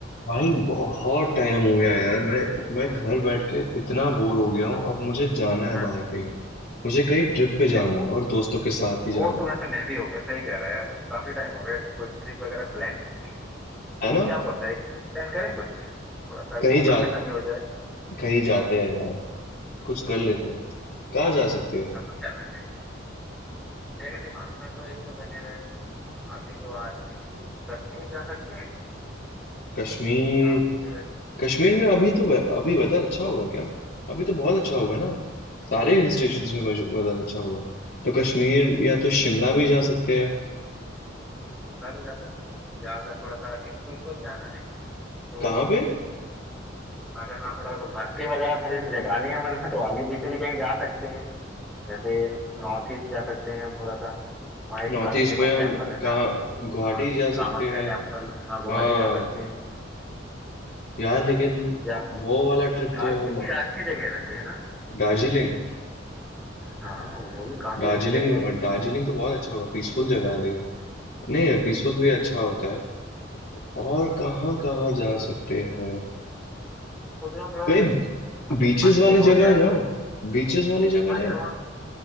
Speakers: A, on the left; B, in the centre.
A: भाई बहुत टाइम हो गया यार मैं मैं घर बैठ के इतना बोर हो गया हूँ अब मुझे जाना है
B: हाँ
A: बाहर कहीं मुझे कहीं ट्रिप पे जाना
B: वो
A: है और दोस्तों के साथ ही जाना
B: वो तो
A: है
B: वैसे मैं भी हो गया सही कह रहा है यार काफी टाइम हो गया कोई ट्रिप वगैरह प्लान नहीं की तो
A: है ना
B: क्या बोलता है एक ट्रिप प्लान करें कुछ थोड़ा सा
A: कहीं
B: घूमना
A: जा
B: फिरना भी हो जाएगा
A: कहीं जाते हैं यार कुछ कर लेते हैं कहाँ जा सकते हैं
B: कहाँ जाना है मेरे दिमाग में तो एक दो जगह है अभी जो आ रही है कि कश्मीर जा सकते हैं
A: कश्मीर
B: या फिर
A: कश्मीर में अभी तो वे- अभी वेदर अच्छा होगा क्या अभी तो बहुत अच्छा होगा ना सारे हिल स्टेशन में वेदर अच्छा होगा तो कश्मीर या तो शिमला भी जा सकते हैं
B: शिमला भी जा सकते हैं या अगर थोड़ा सा स्पिरिचुअल जाना है तो
A: कहाँ पे
B: अगर हाँ थोड़ा भक्ति वगैरह थोड़ी सी जगानी है मन में तो आगे पीछे भी कहीं जा सकते हैं जैसे नॉर्थ ईस्ट जा सकते हैं हम थोड़ा सा वहाँ एक
A: नॉर्थ
B: काफी
A: ईस्ट
B: फेमस
A: में हम
B: टेम्पल है
A: कहाँ
B: ना
A: गुवाहाटी
B: हाँ
A: जा सकते
B: कामाख्या
A: हैं
B: टेम्पल हाँ गुवाहाटी
A: हाँ
B: जा सकते हैं
A: यार लेकिन
B: क्यों या
A: वो वाला ट्रिप
B: दार्जिलिंग
A: तो म-
B: भी जा- अच्छी जगह है वैसे है ना
A: दार्जिलिंग
B: हाँ वो भी काफी
A: दार्जिलिंग
B: अच्छी जगह है
A: दार्जिलिंग तो बहुत अच्छा होगा पीसफुल जगह है लेकिन नहीं पीसफुल भी अच्छा होता है और कहाँ कहाँ जा सकते हैं
B: सोच रहा हूँ थोड़ा
A: कई
B: मतलब
A: बीचेस
B: मस्ती
A: वाली
B: हो
A: जगह
B: जाए
A: जाओ
B: थोड़ी
A: बीचेस वाली जगह
B: हाँ
A: जाए
B: यार वहाँ